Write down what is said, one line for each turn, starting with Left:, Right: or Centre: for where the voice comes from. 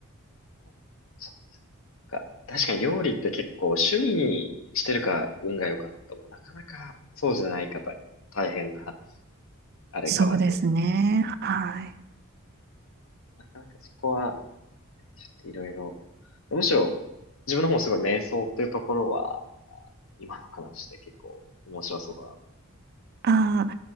Left: ね。そっか。確かに料理って結構趣味にしてるか運が良かったもなかなかそうじゃない方には大変なあれかなと思う。
Right: そうですね。はい。
Left: なかなかそこはちょっといろいろ。むしろ、自分の方もすごい瞑想っていうところは、あの今の話で結構面白そうだなと。
Right: ああ、